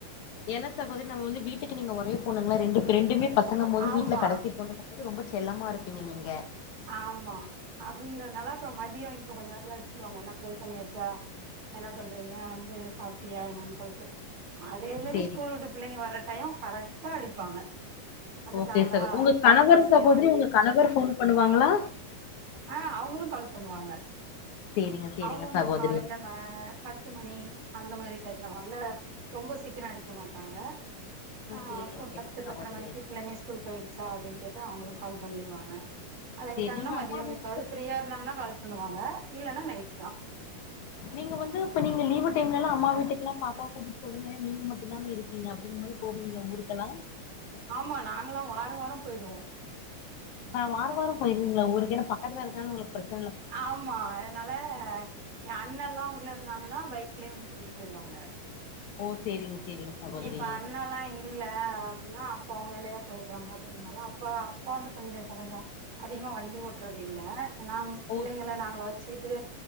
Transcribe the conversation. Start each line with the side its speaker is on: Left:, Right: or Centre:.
Left: என்ன சகோதரி நம்ம வந்து வீட்டுக்கு நீங்க ஒரே பொண்ணுங்குளா ரெண்டு ரெண்டுமே பசங்கம் போது
Right: ஆமா
Left: வீட்ல கடசி பொண்ணு அதாவது ரொம்ப செல்லமா இருப்பீங்க நீங்க
Right: ஆமா அப்டிங்கறதுனால அப்புறோ மதியோ இப்ப கொஞ்சோ நேரத்துல அடிச்ருவாங்க என்ன ப்ரை பண்ணியாச்சா என்ன பண்றீங்க வந்து சாப்ட்டியா என்னன்னு சொல்ட்டு அதே மேரி
Left: சேரி
Right: ஸ்கூல் வுட்டு பிள்ளைங்க வர்ர டயோ கரெக்ட்டா அடிப்பாங்க வந்துட்டாங்களா
Left: ஓகே சகோ உங்க கணவர்
Right: நல்லபடியா
Left: சகோதரி உங்க கணவர் ஃபோன் பண்ணுவாங்களா
Right: அ அவுங்களு கால் பண்ணுவாங்க
Left: சேரிங்க சேரிங்க
Right: அவுங்க வந்து
Left: சகோதரி
Right: காலைல ம பத்து மணி அந்த மாதிரி டைம்ல வல்ல ரொம்ப சீக்கிரோ அடிக்க மாட்டாங்க
Left: ஓ
Right: ஆ
Left: சேரிங்க
Right: ஒரு
Left: சேரிங்க
Right: பத்து பத்தர
Left: சகோதரி
Right: மணிக்கு பிள்ளைங்க ஸ்கூல் போய்டுச்சா அப்டின்னு கேட்டு அவுங்களு கால் பண்ணிருவாங்க அத
Left: செரிங்க
Right: விட்டாங்கன்னா மதியோ
Left: அம்மா வீட்டு
Right: எப்பாவது ஃப்ரீயா இருந்தாங்கனா கால் பண்ணுவாங்க இல்லன்னா நைட்டுதா
Left: நீங்க வந்து இப்ப நீங்க லீவு டைம்லல்லா அம்மா வீட்டுக்குலா பாப்பாவ கூட்டிட்டு போவீங்கல நீங்க மட்டும்தா இருக்கீங்க அப்டீன் இதுமாரி போவீங்களா ஊருக்கெலா
Right: ஆமா நாங்கலா வாரோ வாரோ போய்டுவோ
Left: நா வாரோ வாரோம் போயிருவீங்களா ஊருக்கு ஏன்னா பக்கத்துல இருக்குறனால உங்குளுக்கு பிரச்
Right: ஆமா அதனால என் அண்ணலா ஊர்லந் வந்தாங்கன்னா பைக்லயே வந்து கூட்டிட்டு போய்ருவாங்க
Left: ஓ சேரிங்க சேரிங்க சகோதரி
Right: இப்ப அண்ணாலா இல்ல அப்டின்னா அப்பாவு வேலயா போய்டுறாங்க அப்டிங்கனால அப்பா அப்பா வந்து கொஞ்ச இப்ப கொஞ்சோ அதிகமா வண்டி ஓட்றது இல்ல ஏனா பிள்ளைங்கள
Left: ஓ
Right: நாங்களே வச்சுக்கிட்டு